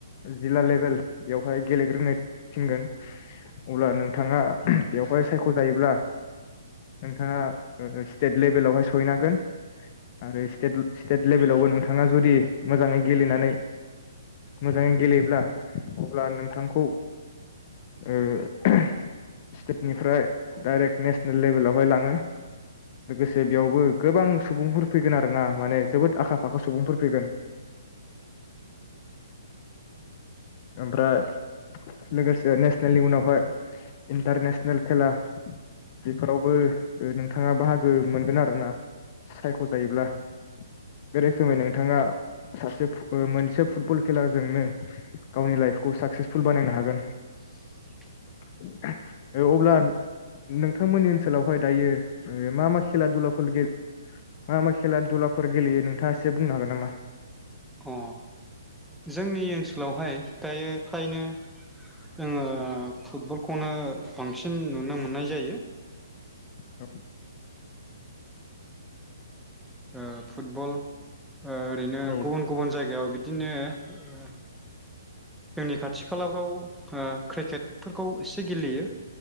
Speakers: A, on the left (about 40°); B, in the centre.
A: जिल्ला लेभेल बेवहाय गेलेग्रोनो थिनगोन। अब्ला नोंथाङा बेवहाय सायखजायोब्ला नोंथाङा ओ स्टेट लेभेलावहाय सहैनो हागोन आरो स्टेट स्टेट लेभेलावबो नोंथाङा जुदि मोजाङै गेलेनानै मोजाङै गेलेयोब्ला अब्ला नोंथांखौ ओ स्टेटनिफ्राय डाइरेक्ट नेसनेल लेभेलावहाय लाङो लोगोसे बेयावबो गोबां सुबुंफोर फैगोन आरोना माने जोबोद आखा-फाखा सुबुंफोर फैगोन ओमफ्राय लोगोसे नेसनेलनि उनावहाय इन्टारनेसनेल खेला बेफोरावबो ओ नोंथाङा बाहागो मोनगोन आरोना सायखजायोब्ला बे रोखोमै नोंथाङा सासे फु मोनसे फुटबल खेलाजोंनो गावनि लाइफखौ साक्सेसफुल बानायनो हागोन।
B: <inaudible>
A: ओ अब्ला नोंथांमोननि ओनसोलावहाय दायो ओ मा मा खेला दुलाफोर गेल मा मा खेला दुलाफोर गेलेयो नोंथाङा एसे बुंनो हागोन नामा?
B: अ जोंनि ओनसोलावहाय दायो फ्रायनो जोङो फुटबलखौनो बांसिन नुनो मोननाय जायो।
A: औ।
B: ओ फुटबल ओ ओरैनो
A: औ
B: गुबुन गुबुन जायगायाव बि बिदिनो ओ जोंनि खाथि खालाफ्राव ओ क्रिकेटफोरखौ एसे गेलेयो।